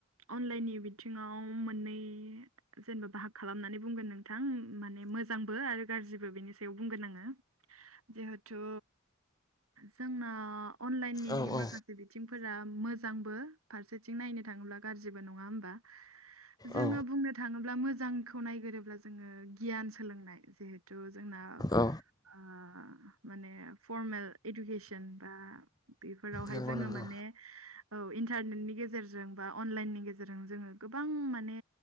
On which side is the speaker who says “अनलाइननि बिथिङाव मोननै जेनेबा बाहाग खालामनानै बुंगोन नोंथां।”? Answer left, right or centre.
Right